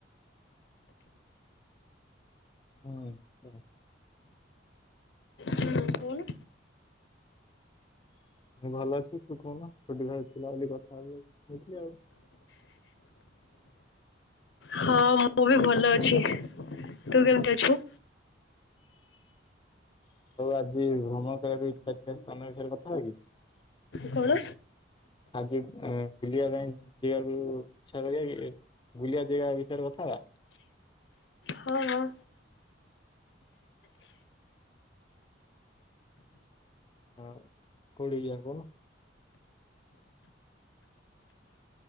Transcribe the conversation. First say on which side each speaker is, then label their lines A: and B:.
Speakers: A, on the left; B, on the left.
A: ହୁଁ <unintelligible>
B: ହୁଁ କହୁନୁ।
A: ମୁଁ ଭଲ ଅଛି ତୁ କହୁନୁ <unintelligible> ଥିଲା ବୋଲି କଥା ହଉନଥିଲି ଆଉ।
B: ହଁ ମୁଁ ବି ଭଲ ଅଛି ତୁ କେମିତି ଅଛୁ?
A: ହଉ ଆଜି ଭ୍ରମଣ କରିବାକୁ ଇଚ୍ଛା ଥିଲା ସ୍ଥାନ ବିଷୟରେ କଥା ହବା କି?
B: କଣ?
A: ଆଜି ଆ ବୁଲିବା ପାଇଁ ଯିବାପାଇଁ ଇଛା କରିବା କି? ବୁଲିଆ ଜାଗା ବିଷୟରେ କଥା ହେବା।
B: ହଁ ହଁ।
A: ଆଉ କୋଉଠିକି ଯିବା କହୁନୁ?